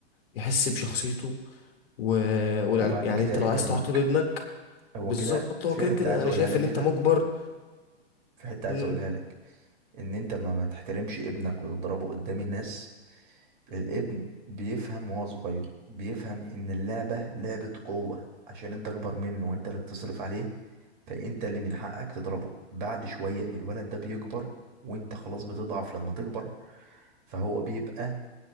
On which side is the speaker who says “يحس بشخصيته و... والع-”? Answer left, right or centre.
Left